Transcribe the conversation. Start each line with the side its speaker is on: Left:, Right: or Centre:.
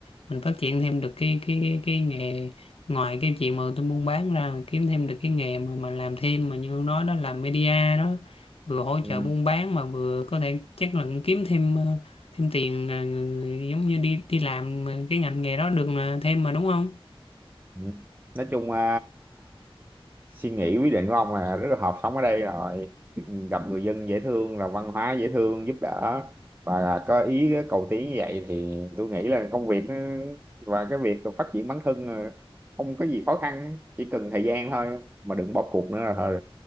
Left: mình phát triển thêm được cái cái cái, cái nghề ngoài cái chuyện mà tôi buôn bán ra kiếm thêm được cái nghề mà mà làm thêm mà như ông nói đó làm media đó vừa hỗ trợ
Right: ừ,
Left: buôn bán mà vừa có thể chắc là cũng kiếm thêm ờ, thêm tiền ờ, giống như đi đi làm cái ngành nghề đó được là thêm mà đúng không?
Right: ừ. nói chung ờ, suy nghĩ quyết định của ông là rất là hợp sống ở đây rồi gặp người dân dễ thương là văn hóa dễ thương giúp đỡ và là có ý cầu tiến như vậy thì tôi nghĩ là công việc nó- và cái việc phát triển bản thân là không có gì khó khăn chỉ cần thời gian thôi mà đừng bỏ cuộc nữa là thôi